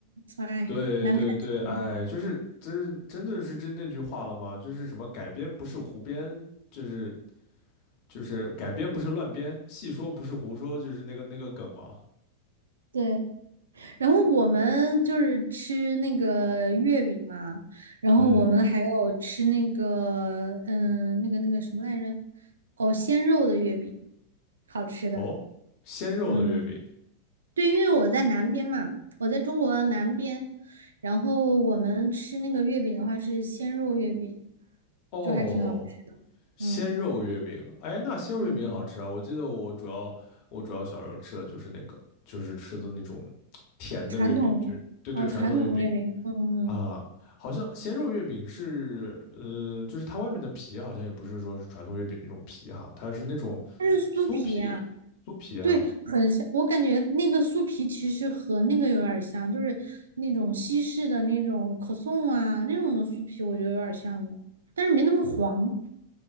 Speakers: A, on the right (about 70°); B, on the left (about 45°).
A: 哎，
B: 对对对，
A: 难看死了。
B: 哎，就是真真的是真那句话了吗？就是什么改编不是胡编，就是就是改编不是乱编，戏说不是胡说，就是那个那个梗嘛。
A: 对。然后我们就是吃那个月饼嘛，然后我们还有吃那个，
B: 嗯，
A: 嗯，那个那个什么来着？哦，鲜肉的月饼，好吃的。
B: 哦，鲜肉的月饼，
A: 嗯，对，因为我在南边嘛，我在中国南边，然后我们吃那个月饼的话是鲜肉月饼，
B: 哦，
A: 就还挺好吃的。
B: 鲜肉月饼，
A: 嗯
B: 哎，那鲜肉月饼好吃啊！
A: 嗯，
B: 我记得我主要我主要小时候吃的就是那个，就是吃的那种甜的月饼，
A: 传统，
B: 就是对对传统月饼。
A: 啊，传统月饼，嗯嗯，
B: 啊，好像鲜肉月饼是，呃，就是它外面的皮好像也不是说是传统月饼那种皮哈，它是那种
A: 它是酥皮啊。
B: 酥皮，酥皮啊，
A: 对，很像，我感觉那个酥皮其实和那个有点儿像，就是那种西式的那种可颂啊那种的酥皮，我觉得有点儿像的，但是没那么黄。